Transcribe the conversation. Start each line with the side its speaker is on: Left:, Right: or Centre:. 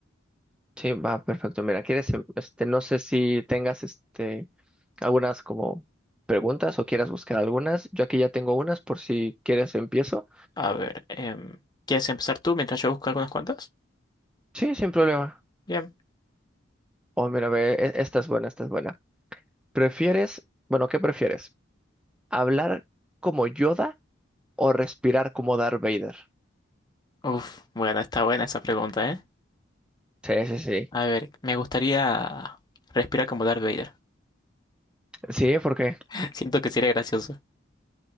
Centre: Sí, va, perfecto. Mira, quieres, em- este, no sé si tengas, este, algunas como preguntas o quieras buscar algunas. Yo aquí ya tengo unas por si quieres empiezo.
Left: A ver, em, ¿quieres empezar tú mientras yo busco algunas cuantas?
Centre: Sí, sin problema.
Left: Bien.
Centre: Oh, mira, ve, e- esta es buena, esta es buena. ¿Prefieres, bueno, qué prefieres? ¿Hablar como Yoda o respirar como Darth Vader?
Left: Uf, bueno, está buena esa pregunta, ¿eh?
Centre: Sí, sí, sí.
Left: A ver, me gustaría respirar como Darth Vader.
Centre: Sí, ¿por qué?
Left: <laughs> Siento que sería gracioso.